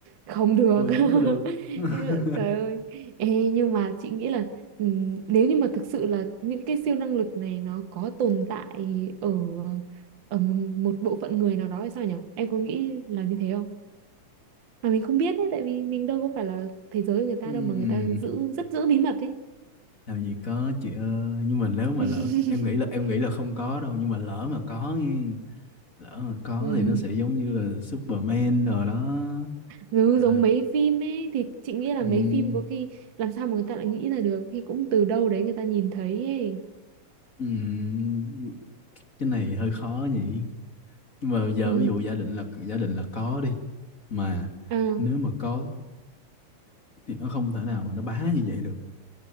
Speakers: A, on the right (about 50°); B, on the left (about 30°).
A: không được
B: mười
A: <laughs>
B: phút mới được <laughs>
A: trời ơi Ê, nhưng mà chị nghĩ là ừ, nếu như mà thực sự là những cái siêu năng lực này nó có tồn tại ở ở một, một bộ phận người nào đó hay sao nhở em có nghĩ là như thế không mà mình không biết đấy tại vì mình đâu có phải là thế giới của người ta
B: Ừm,
A: đâu mà người ta giữ rất giữ bí mật ấy
B: làm gì có chị ơi nhưng mà nếu mà
A: <laughs>
B: lỡ em nghĩ là em nghĩ là không có đâu nhưng mà lỡ mà có nghe lỡ mà có
A: ừ.
B: thì nó sẽ giống như là Superman rồi đó
A: Dứ
B: à,
A: giống mấy phim ấy thì chị nghĩ là
B: ừm,
A: mấy phim có khi làm sao mà người ta lại nghĩ ra được khi cũng từ đâu đấy người ta nhìn thấy ấy.
B: ừm, cái này hơi khó nhỉ nhưng mà giờ
A: Ừ.
B: ví dụ giả định là giả định là có đi mà
A: À,
B: nếu mà có thì nó không thể nào mà nó bá như vậy được